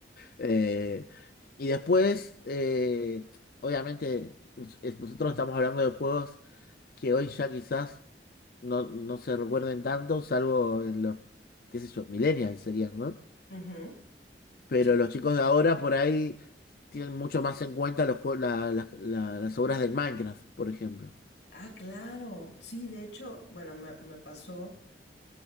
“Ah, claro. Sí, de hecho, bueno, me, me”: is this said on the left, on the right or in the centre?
Left